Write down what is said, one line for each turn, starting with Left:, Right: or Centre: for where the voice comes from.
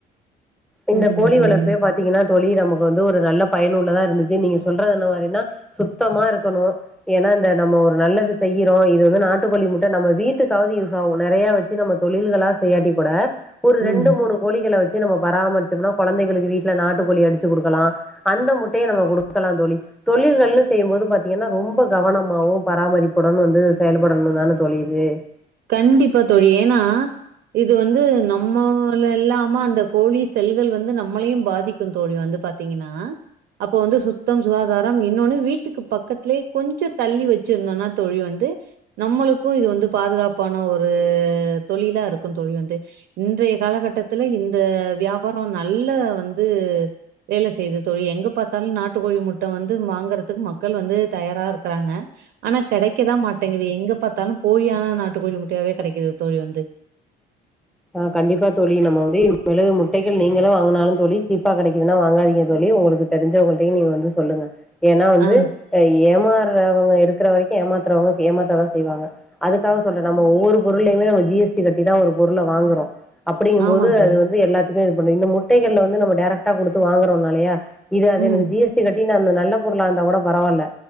Centre: இந்த
Right: சரிங்க
Centre: கோழி
Right: தோழி.
Centre: வளர்ப்பே பாத் பாத்தீங்கன்னா தோழி நமக்கு வந்து ஒரு நல்ல பயனுள்ளதா இருந்துச்சி நீங்க சொல்றது என்ன மாரினா சுத்தமா இருக்கணு ஏன்னா இந்த நம்ம ஒரு நல்லது செய்யிறோ இது வந்து நாட்டுக்கோழி முட்ட நம்ம வீட்டுக்காவது யூஸ் ஆகு நெறைய வச் நம்ம தொழில்களா செய்யாட்டி கூட ஒரு ரெண்டு
Right: ம்.
Centre: மூணு கோழிகள வெச்சி நம்ம பராமரிச்சோனா கொழந்தைகளுக்கு வீட்ல நாட்டு கோழி அடிச்சி குடுக்கலா அந்த முட்டைய நம்ம குடுக்கலா தோழி தொழில்கள்னு செய்யும்போது பாத்தீங்கன்னா ரொம்ப கவனமாவு பராமரிப்புடன் வந்து செயல்படனு தானே தோழி இது
Right: கண்டிப்பா தோழி ஏன்னா இது வந்து நம்மல் இல்லாம அந்த கோழி செல்கள் வந்து நம்மளையும் பாதிக்கும் தோழி வந்து பாத்தீங்கன்னா அப்போ வந்து சுத்தம் சுகாதாரம் இன்னொன்னு வீட்டுக்கு பக்கத்துலேயே கொஞ்சோ தள்ளி வெச்சிருந்தோம்னா தோழி வந்து நம்மளுக்கு இது வந்து பாதுகாப் ப்பான ஒரு தொழிலா இருக்கு தோழி வந்து இன்றைய காலகட்டத்தில இந்த வியா பாரோ நல்ல வந்து வேல செய்து தோழி எங்க பாத்தாலு நாட்டுக்கோழி முட்ட வந்து வாங்குறதுக்கு மக்கள் வந்து தயாரா இருக்றாங்க ஆனா கெடைக்கதா மாட்டேங்கிது எங்க பாத்தாலு போலியான நாட்டுக்கோழி முட்டையாவே கெடைக்குது தோழி வந்து
Centre: ஆ கண்டிப்பா தோழி நம்ம வந்து இனிமேலு முட்டைகள் நீங்களும் வாங்குனாலு தோழி சீப்பா கெடைக்குதுன்னா வாங்காதீங்க தோழி உங்களுக்கு தெரிஞ்சவங்கள்டையு நீங்க வந்து சொல்லுங்க ஏன்னா வந்து
Right: ஆ
Centre: ஏமாற்றவங்க இருக்கற வரைக்கு ஏமாத்துறவங்க ஏமாத்ததா செய் செய்வாங்க அதுக்காக சொல்ற நம்ம ஒவ்வொரு பொருளலையுமே நம்ம ஜி எஸ் டி கட்டிதா ஒரு பொருள வாங்குறோ அப்டிங்கும்போது
Right: ஆமா தோழி
Centre: அது வந்து எல்லாத்துக்கு இது பண்ணும் இந்த முட்டைகள்ல வந்து நம்ம டேரெக்டா குடுத்து வாங்குறோநாலையா இது அது
Right: ம்
Centre: எனக்கு ஜி எஸ் டி கட்டி அந்த நல்ல பொருளா இருந்தா கூட பரவால்ல